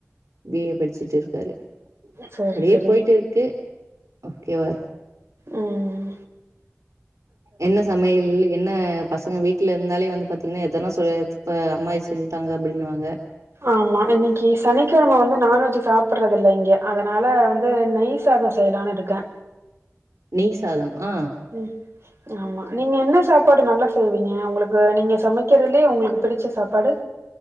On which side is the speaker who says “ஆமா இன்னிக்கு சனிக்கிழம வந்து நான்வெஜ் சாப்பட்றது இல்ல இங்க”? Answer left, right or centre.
Right